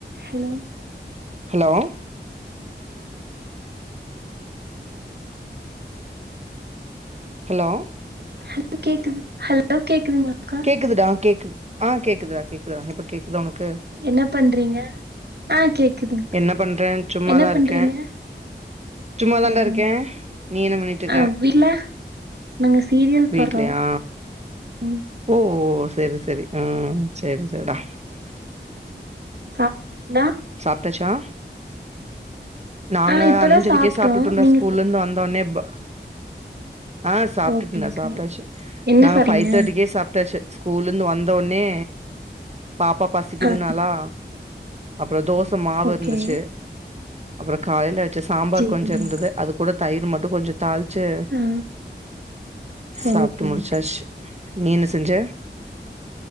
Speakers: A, on the right; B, on the right.
A: hello
B: hello hello
A: hello கேக்குது hello கேக்குதுங்களாக்கா
B: கேக்குதுடா கேக்குது ஆ கேக்குதா கேக்குதா இப்ப கேக்குதா ஒனக்கு
A: என்ன பண்றீங்க ஆ கேக்குதுங்க
B: என்ன பண்ற சும்மாதா
A: என்ன
B: இருக்கே
A: பண்றீங்க
B: சும்மாதான்டா
A: ஓகேங்க்கா
B: இருக்கே நீ என்ன பண்ணிட்டு இருக்க
A: ஆ வில நாங்க சீரியல் பாக்றோம்
B: வீட்லயா
A: ம்
B: ஓ செரி செரி ஆ செரி செரி டா
A: சாப் டிங்ளா
B: சாப்ட்டாச்சா நாங்க
A: ஆ இப்பதா
B: அஞ்சரைக்கே
A: சாப்ட்டோ
B: சாப்டுட்ருந்தோ
A: நீங்க
B: ஸ்கூல்ல
A: சாப்
B: இருந்து வந்தோனே ப ஆ சாப்புடுடன்டா
A: ஓகேங்க்கா
B: சாப்டாச்சு
A: என்ன
B: நாங்க
A: சாப்ட்டீங்க
B: பைஃவ் தேர்ட்டிக்கே சாப்ட்டாச்சு ஸ்கூல்ல இருந்து வந்தோனே பாப்பா பசிக்குதுனாளா
A: ஆ
B: அப்றோ தோச மாவு
A: ஓகே
B: இருந்துச்சு அப்பறோ காலையில வச்ச சாம்பார்
A: சேரிங்
B: கொஞ்சோ இருந்தது அது கூட தயிர் மட்டு கொஞ்சோ தாள்ச்சு
A: ஆ
B: சாப்ட்டு
A: ஓகேங்
B: முடுச்சாச்சு நீ என்ன செஞ்ச